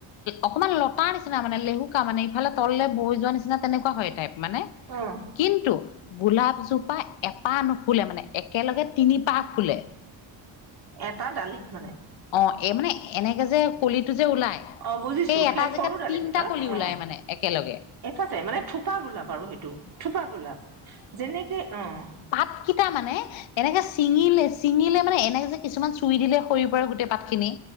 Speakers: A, on the left; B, on the right.
A: অকমান লতা নিচিনা মানে লেহুকা মানে ইফালে তললে বৈ যোৱা নিচিনা তেনেকুৱা হয় টাইপ মানে।
B: অঁ'
A: কিন্তু গোলাপজোপা এপাহ নুফুলে মানে একেলগে তিনি পাহ ফুলে।
B: এটা দালিত মানে।
A: অঁ এই মানে এনেকে যে কলিটো যে ওলাই-
B: অ বুজিছো
A: সেই এটা জেগাত
B: সৰু দালি
A: তিনটা
B: দুটাৰ
A: কলি
B: অ
A: ওলাই মানে একেলগে।
B: এটাতে মানে থোপা গোলাপ আৰু সেইটো থোপা গোলাপ। যেনেকে অঁ-
A: পাতকিটা মানে এনেকে চিঙিলে- চিঙিলে মানে এনেকে যে কিছুমান চুই দিলে সৰি পৰে গোটেই পাতখিনি।